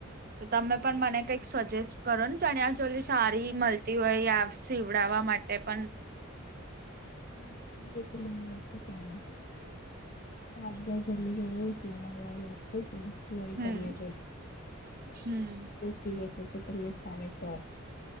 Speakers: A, on the right; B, on the left.
A: તો તમે પણ મને કઈક સજેસ્ટ કરો ન ચણ્યા ચોલી સારી મલતી હોય આવ સીવડાવા માટે પન
B: <unintelligible> મારી ઘેર જલ્લી <inaudible> નારી ચનીયા
A: હમ હમ
B: ચોલી <inaudible> ફાવે તો